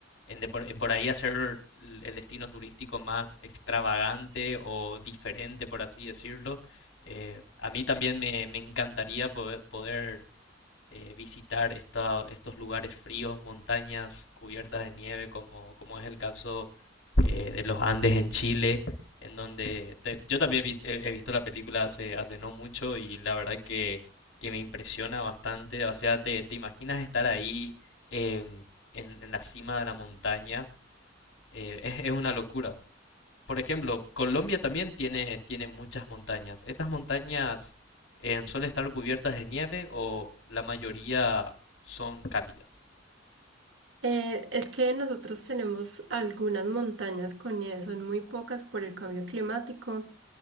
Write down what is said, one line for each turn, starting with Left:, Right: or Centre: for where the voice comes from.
Left: en, de por, en por ahí hacer el el destino turístico más extravagante o diferente, por así decirlo. Eh, a mí también me, me encantaría poder, poder eh, visitar esta- estos lugares fríos, montañas cubiertas de nieve, como, como es el caso eh, de los Andes en Chile, en donde te- yo también vi- he, he visto la película hace, hace no mucho y la verdad que, que me impresiona bastante. O sea, te, te imaginas estar ahí em, en, en la cima de la montaña, eh, es, es una locura por ejemplo, Colombia también tiene, tiene muchas montañas. ¿Estas montañas eh, suelen estar cubiertas de nieve o la mayoría son cálidas?
Right: Eh, es que nosotros tenemos algunas montañas con nieve, son muy pocas por el cambio climático.